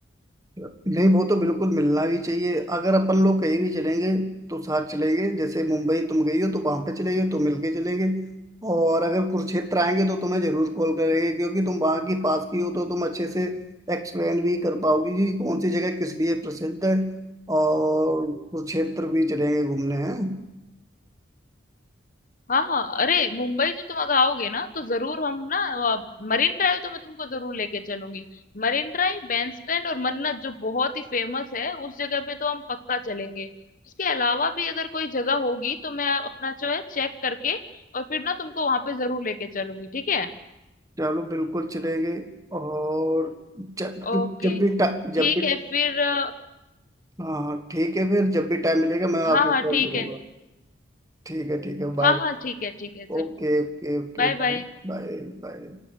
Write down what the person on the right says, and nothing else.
नहीं वो तो बिल्कुल मिलना भी चाहिए अगर अपन लोग कहीं भी चलेंगे तो साथ चलेंगे जैसे मुंबई तुम गई हो तो वहां पे चलेंगे तो मिलके चलेंगे और अगर कुरुक्षेत्र आएंगे तो तुम्हें जरूर कॉल करेंगे क्योंकि तुम वहां की पास की हो तो तुम अच्छे से एक्सप्लेन भी कर पाओगी कि कौन सी जगह किस लिए प्रसिद्ध है और कुरुक्षेत्र भी चलेंगे घूमने हैं
चलो बिल्कुल चलेंगे और जब
जब भी टा-
जब भी
हाँ हाँ, ठीक है फिर जब भी टाइम मिलेगा मैं
आपको
कॉल करूंगा
ठीक है ठीक है bye
bye
Okay okay okay
bye
Bye Bye